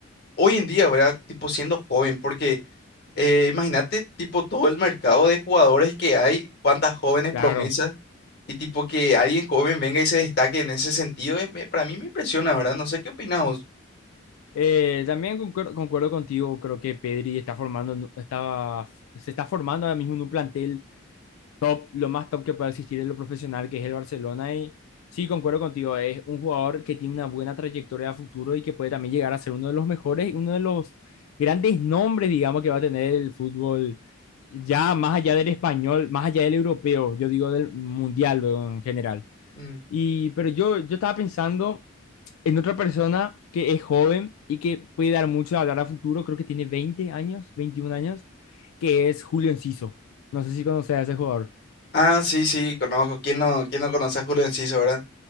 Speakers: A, on the left (about 50°); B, on the left (about 90°).
A: hoy en día, ¿verdad? Tipo siendo joven, porque eh, imagínate, tipo todo el mercado de jugadores que hay, cuántas jóvenes
B: Claro.
A: promesas Y tipo que alguien joven venga y se destaque en ese sentido, eh, me- para mí me impresiona, ¿verdad? No sé qué opinas vos.
B: Eh, también concuer- concuerdo, contigo, creo que Pedri está formando, en- estaba, se está formando ahora mismo en un plantel top, lo más top que pueda existir en lo profesional, que es el Barcelona. Y sí, concuerdo contigo, es un jugador que tiene una buena trayectoria a futuro y que puede también llegar a ser uno de los mejores, uno de los grandes nombres, digamos, que va a tener el fútbol, ya más allá del español, más allá del europeo, yo digo del mundial, luego, en general.
A: Mm.
B: Y, pero yo, yo estaba pensando en otra persona que es joven y que puede dar mucho a hablar a futuro, creo que tiene 20 años, 21 años, que es Julio Enciso. No sé si conoces a ese jugador.
A: Ah, sí, sí, conozco. ¿Quién no, quién no conoce a Julio Enciso, verdad?